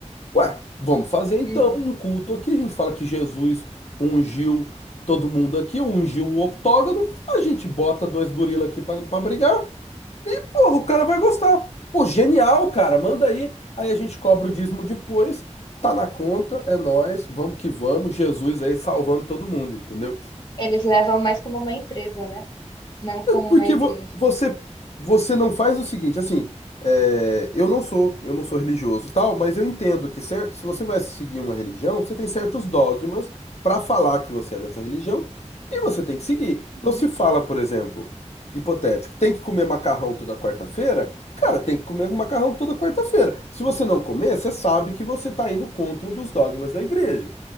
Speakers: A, on the left; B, on the left.
A: Ué, vamos fazer então
B: uhum.
A: um culto aqui. A gente fala que Jesus ungiu todo mundo aqui, ungiu o octógono. A gente bota dois gorila aqui pra, pra brigar. Porra, o cara vai gostar. Pô, genial, cara. Manda aí. Aí a gente cobra o dízimo depois. Tá na conta,
B: Sim.
A: é nós. Vamos que vamos. Jesus aí salvando todo mundo, entendeu?
B: Eles levam mais como uma empresa, né? Não como uma
A: Porque
B: igreja.
A: vo- você você não faz o seguinte, assim, é, eu não sou eu não sou religioso e tal, mas eu entendo que certo, se você vai seguir uma religião, você tem certos dogmas para falar que você é dessa religião e você tem que seguir.
B: Uhum.
A: Então, se fala, por exemplo, hipotético, tem que comer macarrão toda quarta-feira, cara, tem que comer macarrão toda quarta-feira. Se você não comer, você sabe que você está indo contra um dos dogmas da igreja.